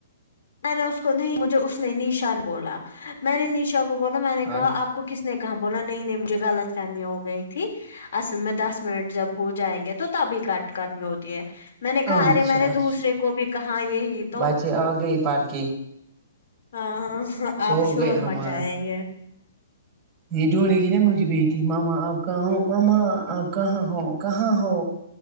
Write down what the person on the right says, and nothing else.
اچھا
اچھا
اچھا
بچے آ گئے پڑھ کے
ہو
گئے ہمارا
یہ ڈونڈے گی نہ مجھے بیٹی ماما آپ کہاں ماما آپ کہاں ہو کہاں ہو